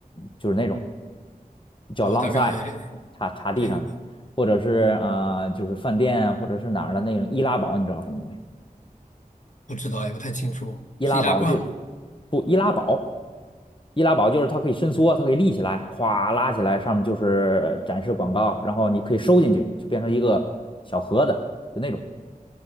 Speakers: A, on the left; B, on the left.
A: 就是那种叫
B: 哦我大概
A: long s i d e 插插地上的，
B: 对
A: 或者是啊、就是饭店或者是哪儿的那种易拉宝，你知道什么东西吗？
B: 不知道，也不太清楚，
A: 易拉宝就
B: 是易拉罐吗？
A: 不易拉宝，易拉宝就是它可以伸缩，它可以立起来，咵拉起来，上面就是呃展示广告，然后你可以收进去，就变成一个小盒子，就那种。